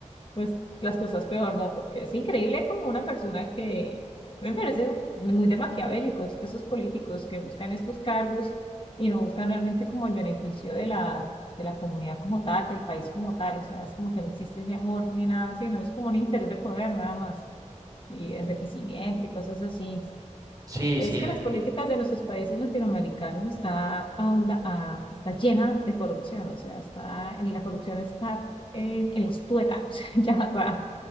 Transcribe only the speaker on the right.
Sí,
sí,
l-
eh,